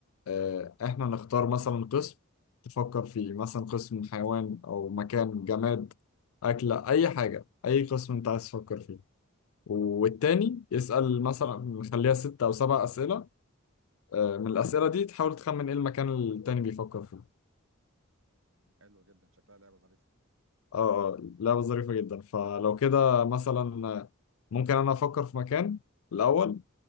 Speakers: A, on the left; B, on the right.
A: آه، إحنا نختار مثلا قسم تفكر فيه مثلا قسم حيوان أو مكان جماد أكلة أي حاجة أي قسم أنت عايز تفكر فيه والتاني يسأل مثلا نخليها ست أو سبع أسئلة آه، من الأسئلة دي تحاول تخمن إيه المكان اللي التاني بيفكر فيه
B: حلو جدا شكلها لعبة ظريفة
A: اه اه لعبة ظريفة جدا فلو كده مثلا ممكن انا افكر في مكان الاول